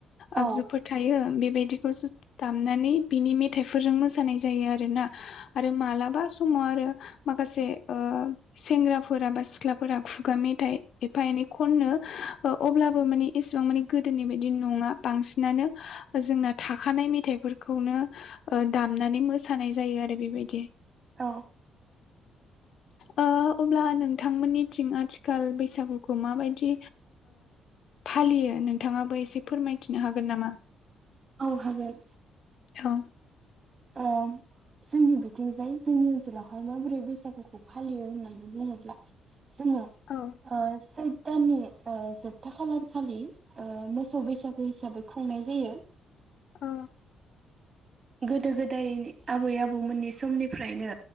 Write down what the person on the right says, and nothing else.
औ
औ
औ
औ हागोन।
अ जोंनि बिथिंजाय जोंनि ओनसोलावहाय माबोरै बैसागुखौ फालियो होननानै बुङोब्ला जोङो ओ
सैत्र दाननि जोबथा खालारखालि ओ मोसौ बैसागु हिसाबै खुंनाय जायो।
गोदो गोदाय आबै आबौमोननि समनिफ्रायनो